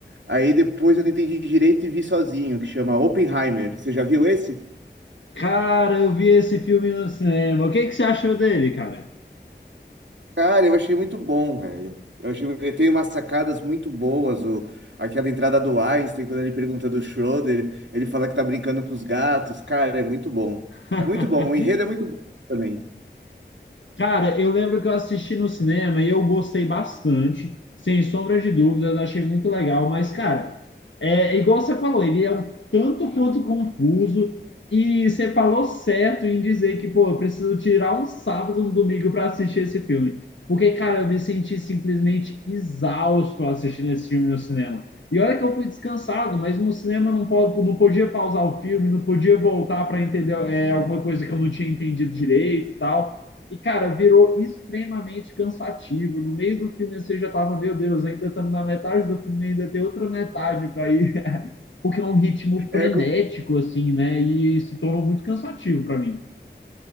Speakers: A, on the right (about 80°); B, on the left (about 90°).
A: aí depois eu não entendi direito e vi sozinho, que chama Oppenheimer. Você já viu esse?
B: Cara, eu vi esse filme no cinema. O que que você achou dele, cara?
A: Cara, eu achei muito bom, velho. Eu achei, ele tem umas sacadas muito boas. O, aquela entrada do Einstein, quando ele pergunta do Schroeder, ele fala que tá brincando com os gatos. Cara, é muito bom.
B: <laughs>
A: É muito bom. O enredo é muito bom também.
B: Cara, eu lembro que eu assisti no cinema e eu gostei bastante, sem sombra de dúvidas, achei muito legal, mas, cara, é é igual você falou, ele é um tanto quanto confuso e você falou certo em dizer que, pô, eu preciso tirar um sábado, um domingo para assistir esse filme, porque, cara, eu me senti simplesmente exausto assistindo esse filme no cinema. E olha que eu fui descansado, mas no cinema não, po- não podia pausar o filme, não podia voltar para entender é, alguma coisa que eu não tinha entendido direito e tal. E, cara, virou extremamente cansativo. No meio do filme, você já tava, meu Deus, ainda estamos na metade do filme, ainda tem outra metade para ir. <laughs> Porque é um ritmo frenético,
A: É co-
B: assim, né? E se tornou muito cansativo para mim.